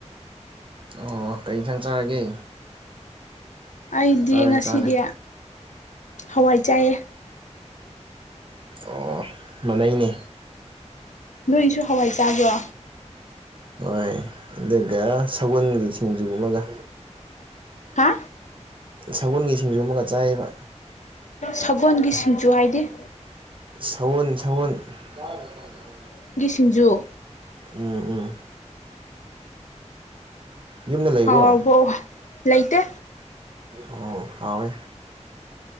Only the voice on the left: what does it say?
ꯑꯩꯗꯤ
ꯉꯁꯤꯗꯤ
ꯍꯋꯥꯏ ꯆꯥꯏꯑꯦ
ꯅꯣꯏꯁꯨ ꯍꯋꯥꯏꯆꯕ꯭ꯔꯣ
ꯍꯥ
ꯐꯒꯣꯜꯒꯤ ꯁꯤꯡꯖꯨ ꯍꯥꯏꯗꯤ
ꯖꯨ
ꯍꯥꯎꯔꯕꯣ ꯂꯩꯇꯦ